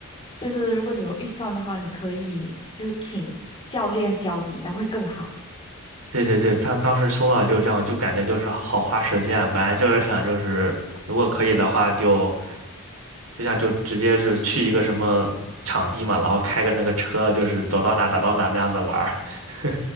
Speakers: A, on the left (about 25°); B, on the right (about 70°).
A: 就是如果你有预算的话，你可以就是请教练教你，那会更好。
B: 对对对，他当时搜到就这样，就感觉就是好花时间啊，本来就是想就是如果可以的话就，就像就直接是去一个什么场地嘛，然后开个那个车，就是走到哪打到哪那样子玩儿 <laughs>